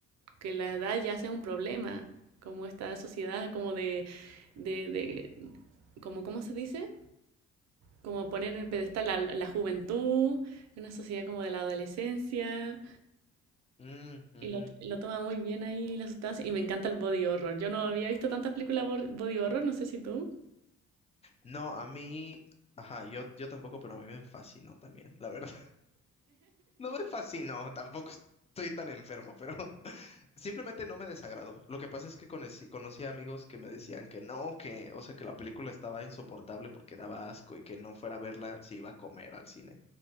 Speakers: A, on the right; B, on the left.
A: que la edad ya sea un problema, como esta sociedad como de, de, de- como, ¿cómo se dice? Como poner en el pedestal a la, la juventud, una sociedad como de la adolescencia,
B: Mm, ujú.
A: y lo, lo toma muy bien ahí la sustancia, y me encanta el body horror. Yo no había visto tantas películas bor- body horror, no sé si tú.
B: No, a mí, ajá, yo, yo tampoco, pero a mí me fascinó también, la verdad. No me fascinó, tampoco estoy tan enfermo, pero <laughs> simplemente no me desagradó. Lo que pasa es que conocí, conocí amigos que me decían que no, que, o sea, que la película estaba insoportable porque daba asco y que no fuera a verla si iba a comer al cine.